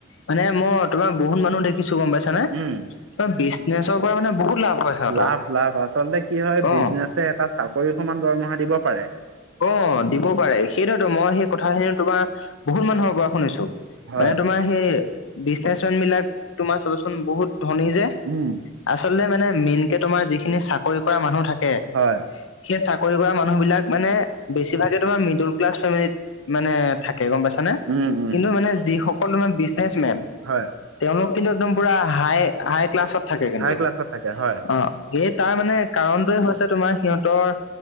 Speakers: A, on the left (about 70°); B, on the right (about 75°).
A: মানে মই তোমাৰ বহুত মানুহ দেখ কিছু গম পাইছা নে
B: উম
A: ত বিজনেছৰ পৰা মানে বহুত লাভ হয় সিহঁতৰ।
B: লাভ লাভ আচলতে কি হয় বিজনেছে
A: অ
B: এটা চাকৰি সমান দৰমহা দিব পাৰে।
A: অ দিব পাৰে সেইটোৱেতো মই সেই কথাখিনি তোমাৰ বহুত মানুহৰ পৰা শুনিছো।
B: হয়
A: মানে তোমাৰ সেই বিজনেচ মেন বিলাক তোমাৰ চাবচোন বহুত ধনী যে,
B: উম
A: আচলতে মানে মেইন কে তোমাৰ যিখিনি চাকৰি কৰা মানুহ থাকে
B: হয়
A: সেই চাকৰি কৰা মানুহবিলাক মানে বেছিভাগে তোমাৰ মিডোল ক্লাছ ফেমিলিত মানে থাকে গম পাইছানে
B: উম উম
A: কিন্তু মানে যিসক কল মানে বিজনেচ মেন
B: হয়
A: তেওঁলোক কিন্তু একদম পুৰা হাই হাই ক্লাছত থাকে কিন্তু
B: হাই ক্লাছত থাকে হয়
A: অঁ। এই তাৰ মানে কাৰণটোয়ে হৈছে তোমাৰ সিহঁতৰ